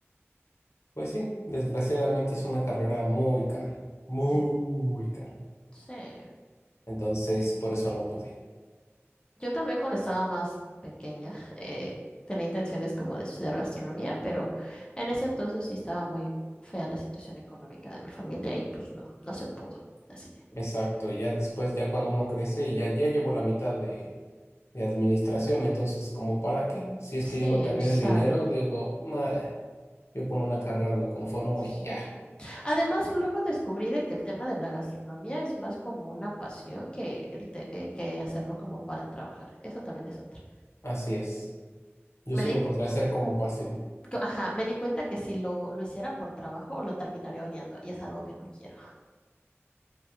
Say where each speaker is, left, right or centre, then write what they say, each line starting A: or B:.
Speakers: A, on the left; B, on the left.
A: Pues sí, desgraciadamente es una carrera muy cara, muy
B: En-
A: cara.
B: Sí.
A: Entonces, por eso no pude.
B: Yo también cuando estaba más pequeña <laughs> eh, tenía intenciones como de estudiar gastronomía, pero en ese entonces sí estaba muy fea la situación económica de mi familia y pues no, no se pudo. Así.
A: Exacto, y ya después, ya cuando uno crece y ya, ya llevo la mitad de, de administración. Entonces, ¿como para qué? Si es
B: Sí,
A: que llego a tener
B: exacto.
A: el dinero, digo, "Nah, yo con una carrera me conformo
B: Sí.
A: y ya.
B: Además, luego descubrí de que el tema de la gastronomía es más como una pasión que, el te- eh, que hacerlo como para trabajar. Eso también es otro.
A: Así es. Yo
B: Me
A: sí
B: di,
A: lo podría hacer como pasión.
B: cu- ajá, me di cuenta que si lo, lo hiciera por trabajo, lo terminaría odiando y es algo que no quiero.